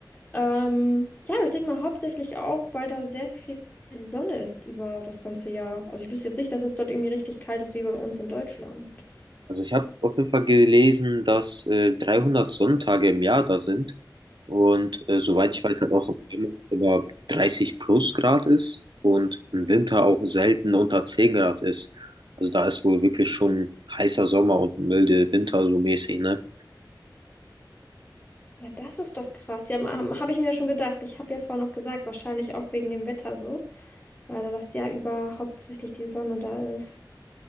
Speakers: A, on the left; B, on the right.
A: Ähm, ja, aber ich denke mal hauptsächlich auch, weil da sehr viel Sonne ist über das ganze Jahr. Also ich wüsste jetzt nicht, dass es dort irgendwie richtig kalt ist wie bei uns in Deutschland.
B: Also ich habe auf jeden Fall gelesen, dass äh, 300 Sonntage im Jahr da sind und äh, soweit ich weiß, halt auch immer, immer 30 plus Grad ist und im Winter auch selten unter 10 Grad ist. Also da ist wohl wirklich schon heißer Sommer und milde Winter so mäßig, ne?
A: Ja, das ist doch krass. Ja, habe ich mir ja schon gedacht. Ich habe ja vorhin noch gesagt, wahrscheinlich auch wegen dem Wetter so, weil da das Jahr über hauptsächlich die Sonne da ist.